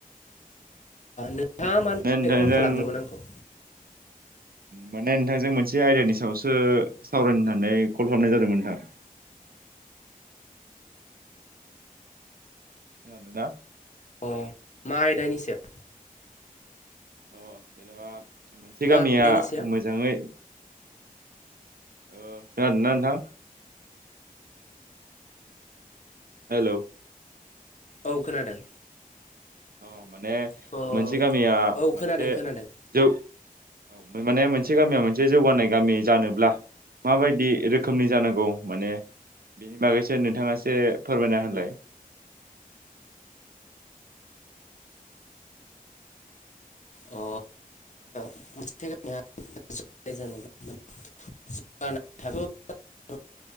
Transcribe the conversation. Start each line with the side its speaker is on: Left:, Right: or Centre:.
Left: नोंथाङा मानि
Right: माने
Left: थाखाय
Right: नोंथांजों
Left: कल खालामदोंमोन आंखौ।
Right: माने नोंथांजों मोनसे आयदानि सायावसो सावरायनो होननानै कल खालामनाय जादोंमोन नोंथां। ना
Left: अ मा आयदायनिसायाव?
Right: औ जेनेबा मोनसे
Left: मा
Right: गामिया
Left: आयदानि सायाव
Right: मोजाङै अ खोनादोंना नोंथां? हेलौ
Left: औ खोनादों।
Right: औ माने
Left: अ औ
Right: मोनसे गामिया मोनसे
Left: खोनादों खोनादों
Right: जौ औ माने मोनसे गामिया मोनसे जौगानाय गामि जानोब्ला माबायदि रोखोमनि जानांगौ माने बिनि बागैसो नोंथाङाासो फोरमायना होलाय।
Left: अ <unintelligible>